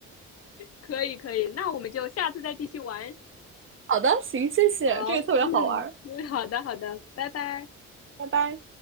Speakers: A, on the left; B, on the right.
A: 可以，可以。那我们就下次再继续玩。
B: <laughs> 好的，行，谢谢，
A: 好，
B: 这个特别好玩儿，
A: 嗯，嗯好的，好的，拜拜。
B: 拜拜。